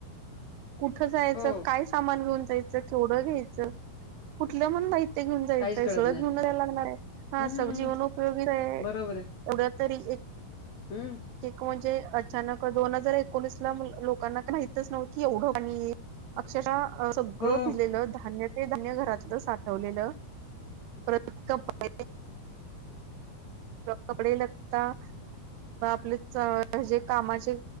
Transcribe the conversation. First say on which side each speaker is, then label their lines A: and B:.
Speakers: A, on the right; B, on the left.
A: कुठं जायचं
B: हो
A: काय सामान घेऊन जायचं. डं घ्यायचं कुठलं माहि ते घेऊन जायचंय
B: काहीच कळत
A: सुळ घेऊन
B: नाही
A: जायला लागणार आहे हा
B: हम्म
A: सगजीवनपयोगी आहे.
B: बरोबर आहे
A: एवढ्या तरी
B: हम्म.
A: म्हणजे अचानक दोन हजार एकोणीस ला लोकांना माहितच नव्ह की एवढं. अक्षरः सगळं
B: हो
A: भिलेलं धान्य ते धन्य घरातलं साठवलेलं प्रकप कपडे लागता. आपले जे कामाचे